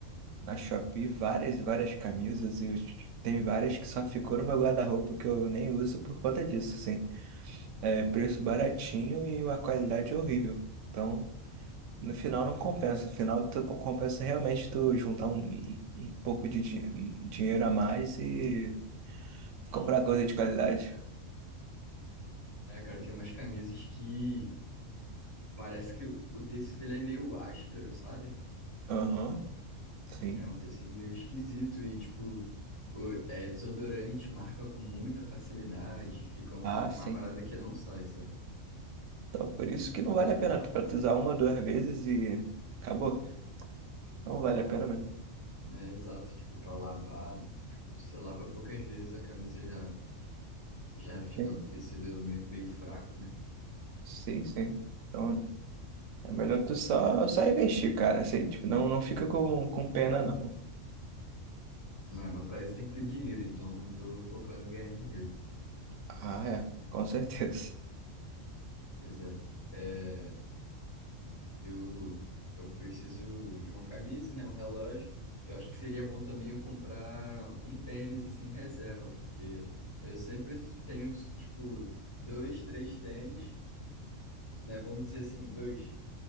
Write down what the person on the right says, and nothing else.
na Shopee, várias e várias camisas, e eu- t- tem várias que só ficou no meu guarda-roupa que eu nem uso por conta disso, sim. É preço baratinho e uma qualidade é horrível. Então, no final não compensa. No final tu compensa realmente tu juntar um, um um pouco de din- dinheiro a mais e comprar coisa de qualidade.
Aham, sim.
Ah,
sim.
Então por isso que não vale a pena pra tu usar uma, duas vezes e acabou. Não vale a pena mesmo.
Sim,
sim. sim. Então é melhor tu só, só investir, cara. Assim, tipo, não, não fica com, com pena, não.
Ah, é. Com certeza.